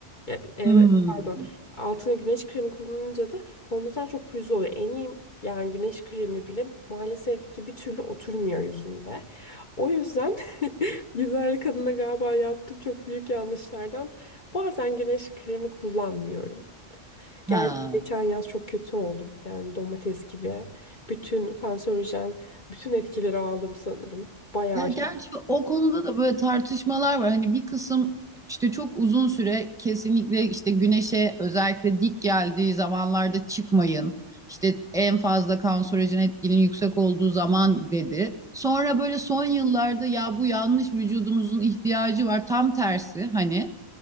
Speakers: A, on the left; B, in the centre.
A: Ya, e,
B: Hmm.
A: pardon, altına güneş kremi kullanınca da fondöten çok pürüzlü oluyor. En iyi yani güneş kremi bile maalesef ki bir türlü oturmuyor yüzümde. O yüzden <laughs> güzellik adına galiba yaptığım çok büyük yanlışlardan bazen güneş kremi kullanmıyorum. Gerçi
B: Ha.
A: geçen yaz çok kötü oldum. Yani domates gibi. Bütün kanserojen, bütün etkileri aldım sanırım. Bayağı
B: Ya gerçi
A: şey.
B: o konuda da böyle tartışmalar var. Hani bir kısım işte çok uzun süre kesinlikle işte güneşe özellikle dik geldiği zamanlarda çıkmayın. İşte en fazla kanserojen etkinin yüksek olduğu zaman dedi. Sonra böyle son yıllarda ya bu yanlış vücudumuzun ihtiyacı var tam tersi hani